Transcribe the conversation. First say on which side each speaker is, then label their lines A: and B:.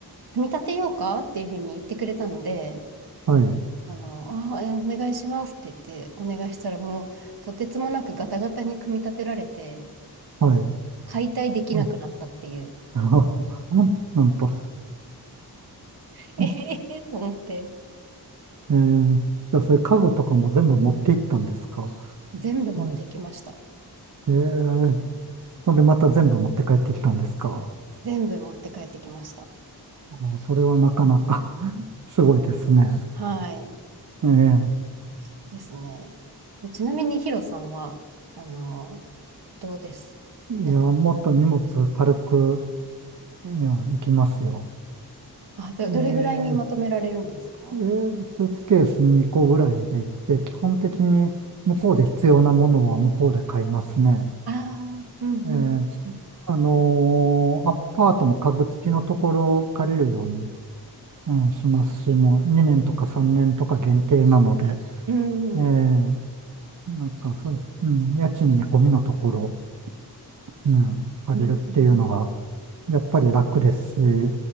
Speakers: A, on the right; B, on the right.
A: う、組み立てようかっていうふうに言ってくれたので、
B: はい、
A: あの、あ、いやお願いしますって言って、お願いしたらもう、とてつもなくガタガタに組み立てられて、
B: はい。
A: 解体できなくなったっていう。
B: うん <laughs> なんと、
A: <laughs> えへへと思って、
B: <laughs> ええじゃあそういう家具とかも全部持って行ったんですか
A: 全部持っていきました。
B: うんええほんでまた全部持って帰ってきたんですか
A: 全部持って帰ってきました。
B: おそれはなかなか <laughs> すごいですね。
A: はい。
B: ええ。
A: そうですね。えちなみにヒロさんは、あの、どうですなんか、
B: いや、もっと荷物軽く、いや、行きますよ。
A: あ、ど、
B: え
A: どれぐらいにまとめられるんですか
B: え、ええスーツケース2個ぐらいで行って、基本的に向こうで必要なものは向こうで買いますね。
A: ああ、うんうん。
B: ええ、
A: う
B: あのーアパートも家具付きのところを借りるように、うん、しますし、もう2年とか3年とか限定なので、
A: ん
B: ええ、
A: うん
B: なんかそう、うん、家賃に込みのところ、うん、借りるっていうのが、
A: うんうんうん
B: やっぱり楽ですし、や